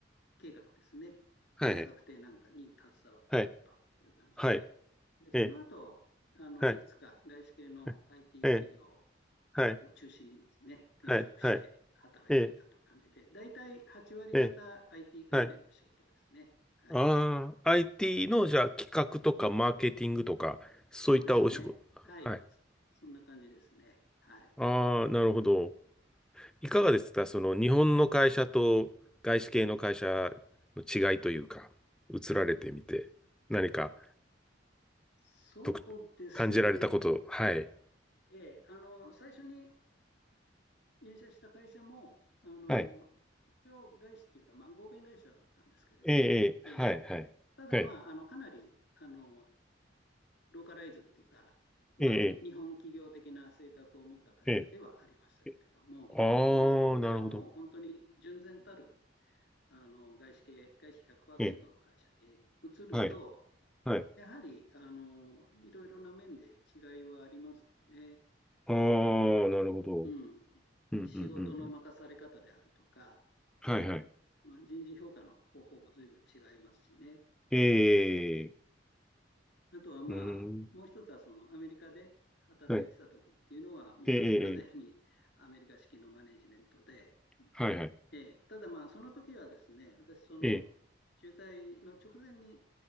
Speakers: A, on the left (about 65°); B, in the centre.
A: 計画ですね、
B: はい、
A: の策定なんかに携わっていたという感じで、
B: はい、はい、
A: で、その後、
B: ええ、
A: あの、
B: はい、
A: いくつか外資系の
B: はい、
A: IT
B: ええ、
A: 企業
B: はい、
A: を中心にですね、転職して働いていたという感じで、
B: はい、はい、ええ、
A: 大体8割方
B: ええ、
A: IT 関連の仕事ですね。
B: はい、
A: はい。
B: ああ、IT の、じゃあ、企画とかマーケティングとか、そういったお仕事。
A: そうですね。はい。
B: はい。
A: そんな感じですね。はい。
B: ああ、なるほど。いかがですかその、日本の会社と外資系の会社の違いというか、移られてみて、何か、
A: そうですね。
B: とく、感じられたこと、はい。
A: えーあの、最初に入社した会社も、あの、
B: はい。
A: 一応外資っていうか、まあ、合弁会社だったんですけれどもね。
B: ええ、ええはい、
A: えー
B: はい。
A: ただ、
B: はい。
A: まあ、あの、かなり、あの、ローカライズっていうか、まあ、
B: ええ、
A: 日本企業的な性格を持った会社ではありましたけれども、
B: ええ、ええ、ああ、
A: でそこからもう本当に純然たる
B: なるほど。
A: あの外資系、外資100%
B: ええ
A: の会社に移ると、
B: はい、はい。
A: やはりあのいろいろな面で違いはありますよね。
B: ああ、
A: あのうん、
B: なるほど。うん、うん、
A: 仕事の任され方であるとか、
B: うん。うんはい、はい。
A: まあ、人事評価の方法も随分違いますしね。
B: え
A: はい、
B: え、
A: あとはまあ、
B: うん。
A: もう一つはそのアメリカで働いてた時っていうのは、
B: はい。
A: もう完完全にアメリカ式のマネジメントで、
B: ええ、ええ、はい、はい。
A: で、ただまあ、その時はですね、私、その
B: ええ、
A: 駐在の直前に、